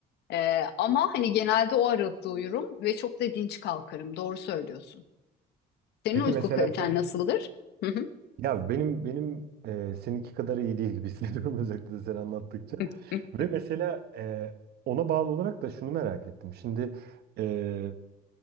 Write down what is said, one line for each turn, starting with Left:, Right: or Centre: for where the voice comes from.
Left: E, ama hani genelde o aralıkta uyurum ve çok da dinç kalkarım. Doğru söylüyorsun. Senin
Right: Peki
Left: uyku
Right: mesela
Left: kaliten
Right: sence
Left: nasıldır? Hı hı.
Right: ya benim benim e, seninki kadar iyi değil gibi hissediyorum <laughs> özellikle sen anlattıkça.
Left: <laughs>
Right: Ve mesela e, ona bağlı olarak da şunu merak ettim. Şimdi e,